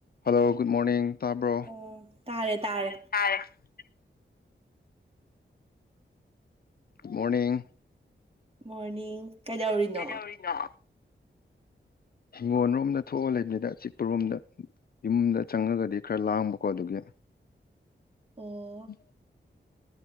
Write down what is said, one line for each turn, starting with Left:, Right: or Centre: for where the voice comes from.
Left: Hello good morning ꯇꯥꯕ꯭ꯔꯣ
Right: ꯑꯣ ꯇꯥꯔꯦ ꯇꯥꯔꯦ
Left: <inaudible> ꯃꯣꯔꯅꯤꯡ
Right: ꯃꯣꯔꯅꯤꯡ ꯀꯩꯗꯧꯔꯤꯅꯣ
Left: ꯎ ꯀꯩꯗꯧꯎꯔꯤꯅꯣ ꯍꯤꯡꯒꯣꯜꯔꯣꯝꯗ ꯊꯣꯛꯑ ꯂꯩꯕꯅꯤꯗ ꯑ ꯆꯤꯛꯄꯔꯣꯝꯗ ꯌꯨꯝꯗ ꯆꯪꯉꯒꯗꯤ ꯈꯔ ꯂꯥꯡꯕꯀꯣ ꯑꯗꯨꯒꯤ
Right: ꯑꯣ
Left: ꯎꯝ